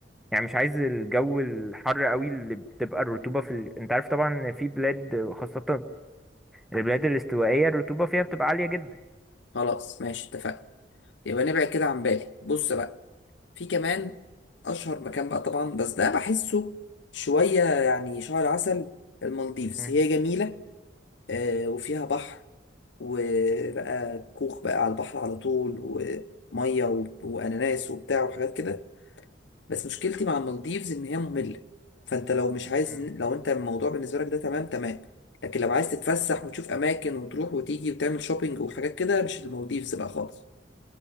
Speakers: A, in the centre; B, on the left (about 75°).
A: يعني مش عايز الجو الحر قوي اللي بتبقى الرطوبة في ال... انت عارف طبعا إن في بلاد خاصة البلاد الاستوائية الرطوبة فيها بتبقى عالية جدا
B: خلاص ماشي اتفقنا يبقى نبعد كده عن بالي بص بقى في كمان اشهر مكان بقى طبعا بس ده بحسه شويه يعني شهر عسل المالديفز
A: مم.
B: هي جميله آه وفيها بحر وبقى كوخ بقى على البحر على طول وميه و- واناناس وبتاع وحاجات كده بس مشكلتي مع المالديفز ان هي ممله فانت لو مش عايز
A: مم.
B: لو انت الموضوع بالنسبه لك ده تمام تمام لكن لو عايز تتفسح وتشوف اماكن وتروح وتيجي وتعمل شوبينج وحاجات كده مش المالديفز بقى خالص